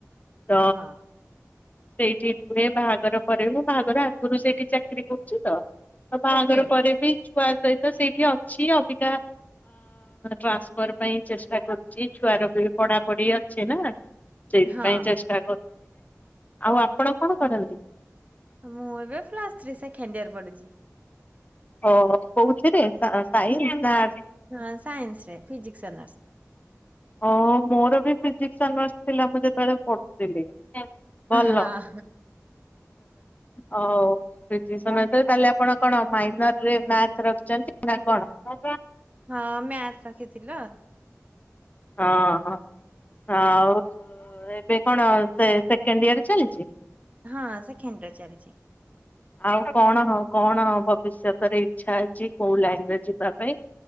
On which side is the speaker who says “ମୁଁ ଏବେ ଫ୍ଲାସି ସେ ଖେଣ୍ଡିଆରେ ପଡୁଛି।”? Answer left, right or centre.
Right